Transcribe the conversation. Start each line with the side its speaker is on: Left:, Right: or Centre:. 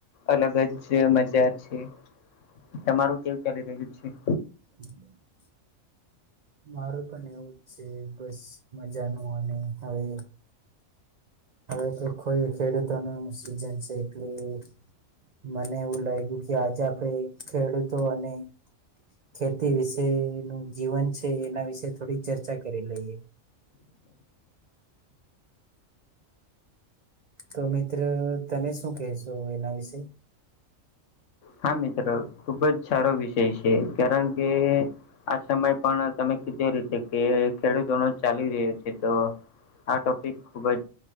Left: અલગ જ મજા છે, તમારું કેવું ચાલી રહ્યું છે?
Right: હ. <inaudible> મારું પણ એવું જ છે બસ મજાનું અને હવે. હવે તો કોઈ ખેડૂતો ન સિઝન છે એટલી મને એવું લાગ્યું કે આજે આપડે ખેડૂતો અને ખેતી વિશે નું જીવન છે એના વિશે થોડીક ચર્ચા કરી લઈએ. તો મિત્ર તમે શું કહેશો એના વિશે?
Left: હા મિત્રો ખુબજ સારો વિષય છે કારણ કે આ સમય પણ તમે કીધું એ રીતે કે ખેડૂતો નો ચાલી રહ્યો છે તો આ ટોપિક ખુબજ